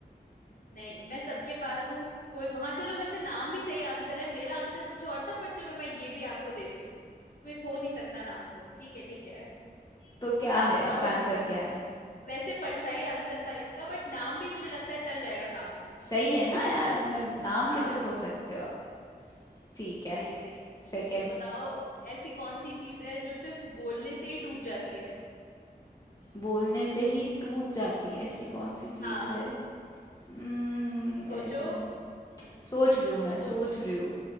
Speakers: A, on the left; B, on the left.
A: नहीं मैं सबके पास हूँ कोई हाँ चलो वैसे नाम भी सही आंसर है मेरा आंसर कुछ और था पर चलो मैं ये भी आपको देती हूँ कोई खो नहीं सकता नाम को ठीक है ठीक है
B: तो क्या है
A: बताओ
B: इसका आंसर क्या है
A: वैसे परछाई आंसर था इसका बट नाम भी मुझे लगता है चल जाएगा काम
B: सही है ना यार मैं नाम
A: हाँ
B: कैसे खो सकते हो आप ठीक है
A: सही है सही है
B: सेकंड
A: तो बताओ ऐसी कौन सी चीज है जो सिर्फ बोलने से ही टूट जाती है
B: बोलने से ही टूट जाती है ऐसी कौन सी चीज
A: हाँ
B: है हम्म
A: सोचो
B: ऐसी सोच रही हूँ मैं सोच
A: सोचो
B: रही हूँ